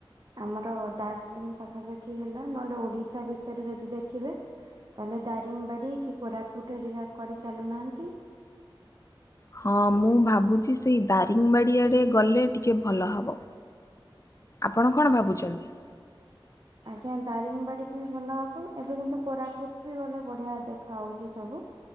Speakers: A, on the right (about 50°); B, on the left (about 35°).
A: ଆମର ଦାର୍ଜିଲିଂ ପାଖାପାଖି ହେଲା ନହେଲେ ଓଡିଶ ଶା ଭିତରେ ଯଦି ଦେଖିବେ ତାହେଲେ ଦାରିଙ୍ଗବାଡି କି କୋରାପୁଟ ହେରିକା କୁଆଡେ ଚାଲୁନାହାନ୍ତି।
B: ହଁ ମୁଁ ଭାବୁ ଛି ସେଇ ଦାରିଙ୍ଗବାଡ଼ି ଆଡ଼େ ଗଲେ ଟିକେ ଭଲ ହବ। ଆପଣ କଣ ଭାବୁଚନ୍ତି?
A: ଆଜ୍ଞା ଦାରିଙ୍ଗବାଡି ବି ଭଲ ହବ, ଏବେ କିନ୍ତୁ କୋରାପୁଟ ବି ଗଲେ ବଢିଆ ଦେଖା ହଉଚି ସବୁ,